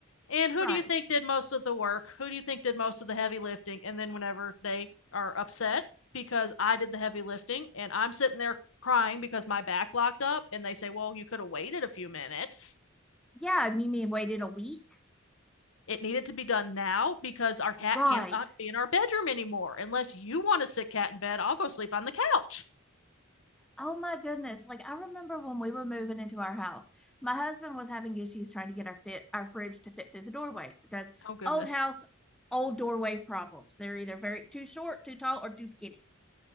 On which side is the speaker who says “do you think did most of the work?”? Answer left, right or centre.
Left